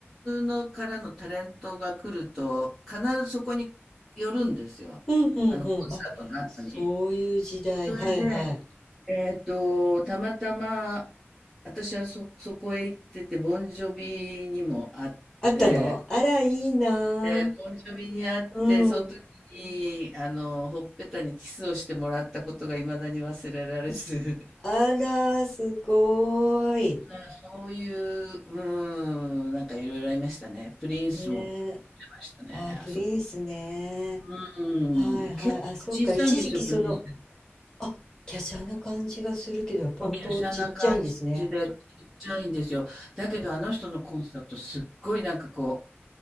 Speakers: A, in the centre; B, on the left.
A: のからのタレントが来ると必ずそこに寄るんですよ。
B: うんうんうん。
A: あのコンサートの後に。
B: あ、そういう時代。
A: それで、
B: はいはい。
A: えっと、たまたま私はそ、そこへ行ってて、ボンジョビにも会って、
B: あったのあら、いいなあ。
A: で、ボンジョビに会って、
B: うん。
A: その時に、あの、ほっぺたにキスをしてもらったことが未だに忘れられず、
B: あら、すごーい。
A: なんかそういう、うーん、なんかいろいろありましたね。プリンスも売って
B: ねえ。
A: ましたね、
B: あ、プリンスね。
A: あそこ。う
B: はいはい。
A: ーん、結構小さいんですよ、
B: あ、そっか。一時期その、
A: プリンス。結
B: あ、華奢な感じがするけど、やっぱ本当ちっちゃいんですね。
A: 構華奢な感じで、ちっちゃいんですよ。だけどあの人のコンサート、
B: うん
A: すっごいなんかこう、